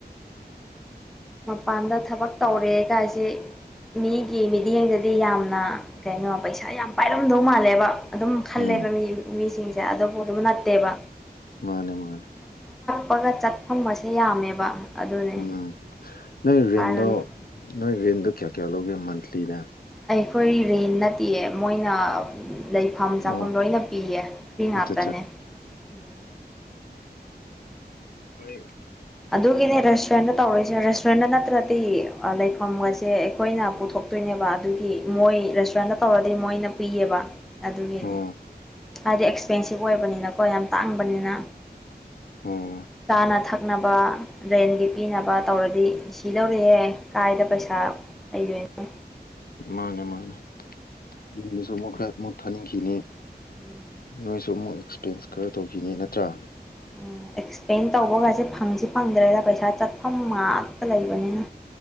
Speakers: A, in the centre; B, on the left.
A: ꯃꯄꯥꯟꯗ ꯊꯕꯛ ꯇꯧꯔꯦ ꯀꯥꯏꯁꯤꯦ ꯃꯤꯒꯤ ꯃꯤꯠꯌꯦꯡꯗꯗꯤ ꯌꯥꯝꯅ ꯀꯩꯅꯣ ꯄꯩꯁꯥ ꯌꯥꯝ ꯄꯥꯏꯔꯝꯗꯧ ꯃꯥꯜꯂꯦꯕ ꯑꯗꯨꯝ ꯈꯜꯂꯦꯕ
B: ꯎꯝ
A: ꯃꯤ ꯃꯤꯁꯤꯡꯁꯦ ꯑꯗꯨꯕꯨ ꯑꯗꯨꯝ ꯅꯠꯇꯦꯕ
B: ꯃꯥꯅꯦ ꯃꯥꯅꯦ
A: ꯀꯄꯒ ꯆꯠꯐꯝꯁꯦ ꯌꯥꯝꯃꯦꯕ ꯑꯗꯨꯅꯦ
B: ꯎꯝ ꯅꯣꯏ ꯔꯔꯤꯟꯗ
A: ꯍꯥꯏꯔꯅꯤ
B: ꯅꯣꯏ ꯔꯔꯤꯦꯟꯗ ꯀꯌꯥ ꯀꯌꯥ ꯂꯧꯣꯒꯦ ꯃꯟꯊꯂꯤꯅꯦ
A: ꯑꯩꯈꯣꯏ ꯔꯦꯟ ꯅꯠꯇꯦꯌꯦ ꯃꯣꯏꯅ ꯂꯩꯐꯝ ꯆꯥꯐꯝ
B: ꯑꯣ
A: ꯂꯣꯏꯅ ꯄꯤꯌꯦ ꯐ꯭ꯔꯤ ꯉꯥꯛꯇꯅꯦ
B: ꯑꯠꯆꯥ
A: ꯎꯝ
B: ꯍꯣꯏ
A: ꯑꯗꯨꯒꯤꯅꯦ ꯔꯦꯁꯇꯨꯔꯦꯟꯗ ꯇꯧꯔꯣꯏꯁꯤꯅꯦ ꯔꯦꯁꯇꯨꯔꯦꯟꯗ ꯅꯠꯇ꯭ꯔꯗꯤ ꯂꯩꯐꯝꯒꯁꯦ ꯑꯩꯈꯣꯏꯅ ꯄꯨꯊꯣꯛꯇꯣꯏꯅꯦꯕ ꯑꯗꯨꯒꯤ ꯃꯣꯏ ꯔꯦꯁꯇꯨꯔꯦꯟꯗ ꯇꯧꯔꯗꯤ ꯃꯣꯏꯅ ꯄꯤꯏꯑꯕ ꯑꯗꯨꯒꯤꯅꯦ
B: ꯑꯣ
A: ꯍꯥꯏꯗꯤ ꯑꯦꯛꯁꯄꯦꯟꯁꯤꯞ ꯑꯣꯏꯕꯅꯤꯅꯀꯣ ꯌꯥꯝ ꯇꯥꯡꯕꯅꯤꯅ
B: ꯑꯣ
A: ꯆꯥꯅ ꯊꯛꯅꯕ ꯔꯦꯟꯒꯤ ꯄꯤꯅꯕ ꯇꯧꯔꯗꯤ ꯁꯤ ꯂꯧꯔꯍꯦ ꯀꯥꯏꯗ ꯄꯩꯁꯥ ꯂꯩꯗꯣꯏꯅꯣ
B: ꯃꯥꯅꯦ ꯃꯥꯅꯦ ꯌꯨꯝꯗꯁꯨ ꯑꯃꯨꯛ ꯈꯔ ꯃꯨꯠ ꯊꯥꯅꯤꯡꯈꯤꯅꯤ
A: ꯎꯝ
B: ꯅꯣꯏꯁꯨ ꯑꯃꯨꯛ ꯑꯦꯛꯁꯄꯔꯦꯟꯁ ꯈꯔ ꯇꯧꯈꯤꯅꯤ ꯅꯠꯇ꯭ꯔꯥ
A: ꯎꯝ ꯑꯦꯛꯁꯄ꯭ꯂꯦꯟ ꯇꯧꯕꯒꯁꯦ ꯐꯪꯁꯤ ꯐꯪꯗ꯭ꯔꯦꯗ ꯄꯩꯁꯥ ꯆꯠꯐꯝ ꯉꯥꯛꯇ ꯂꯩꯕꯅꯤꯅ